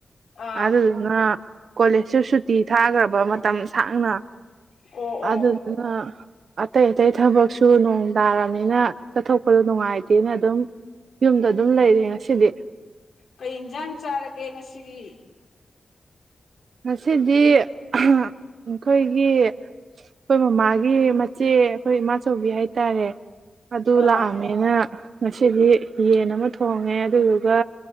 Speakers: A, on the left; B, on the right.
A: ꯑꯥ
B: ꯑꯗꯨ ꯉ ꯀꯣꯂꯦꯖꯁꯨ ꯁꯨꯇꯤ ꯊꯥꯈ꯭ꯔꯕ ꯃꯇꯝ ꯊꯥꯡꯅ
A: ꯑꯣ ꯑꯣ
B: ꯑꯗꯨ ꯑꯗꯨꯅ ꯑꯇꯩ ꯑꯇꯩ ꯊꯕꯛꯁꯨ ꯅꯣꯡ ꯇꯥꯔꯕꯅꯤꯅ ꯆꯠꯊꯣꯛꯄꯗ ꯅꯨꯡꯉꯥꯏꯇꯦꯅ ꯑꯗꯨꯝ ꯌꯨꯝꯗ ꯑꯗꯨꯝ ꯂꯩꯔ ꯉꯁꯤꯗꯤ
A: ꯀꯩ ꯏꯟꯁꯥꯡ ꯆꯥꯔꯒꯦ ꯉꯁꯤꯒꯤ
B: ꯉꯁꯤꯗꯤ ꯑꯩꯈꯣꯏꯒꯤ ꯑꯩꯈꯣꯏ ꯃꯃꯥꯒꯤ ꯃꯆꯦ ꯑꯩꯈꯣꯏ ꯏꯃꯥꯆꯧꯕꯤ ꯍꯥꯏꯇꯥꯔꯦ ꯑꯗꯨ
A: ꯑꯥ
B: ꯂꯥꯛꯑꯝꯃꯦꯅ ꯉꯁꯤꯗꯤ ꯌꯦꯟ ꯑꯃ ꯊꯣꯡꯉꯦ ꯑꯗꯨꯗꯨꯒ